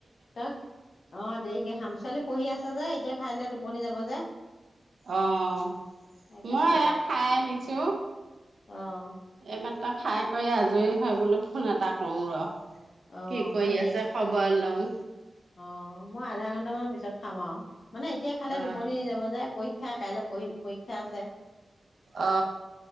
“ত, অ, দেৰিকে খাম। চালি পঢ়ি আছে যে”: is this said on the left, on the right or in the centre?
Left